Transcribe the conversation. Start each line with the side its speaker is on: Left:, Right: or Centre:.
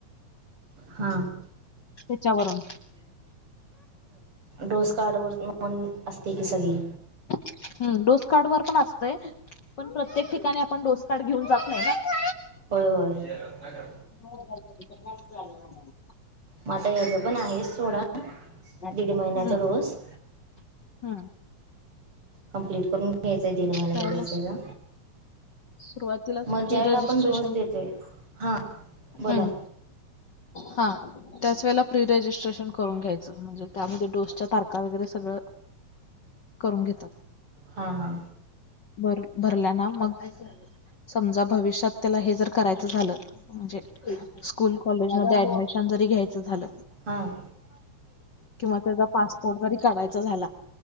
Right: हा
Left: त्याच्यावरून
Right: डोस कार्डवर मौन असते, की सगळी.
Left: हम्म डोस कार्ड वर पण असतंय. पण प्रत्येक ठिकाणी आपण डोस कार्ड, घेऊन जात नाही ना.
Right: होय होय.
Left: हो झा झाल.
Right: म आता याचं पण आहे सोडा.
Left: हम्म
Right: दीड महिन्याचा डोस
Left: हम्म
Right: कंप्लीट करून घ. घ्यायचंय तीन महिन्याचा
Left: त्याला
Right: दिवसेचा.
Left: सुरुवातीलाच
Right: मग ज्या
Left: प्री
Right: वेळे
Left: रजिस्ट्रेशन
Right: आपण डोस देतोय, हा बोला
Left: हम्म हा त्याच वेळेला प्रीरेजिस्ट्रेशन करून घ्यायचं म्हणजे. त्यामध्ये डोसच्या तारखा वगैरे सगळं. करून घेतात.
Right: हा हा
Left: भर भरला ना मग. समजा भविष्यात त्याला हे जर करायचं झालं म्हणजे, स्कूल कॉलेज म ऍडमिशन. री घ्यायच झालं.
Right: हां.
Left: किंवा त्याचा पासपोर्ट, जरी कराायचा झाला